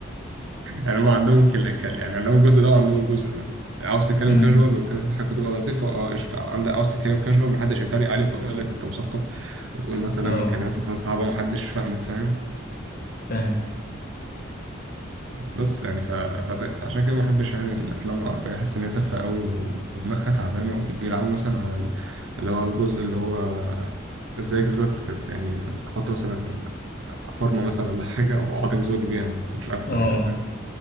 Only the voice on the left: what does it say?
أمم،
اه
فاهم
اه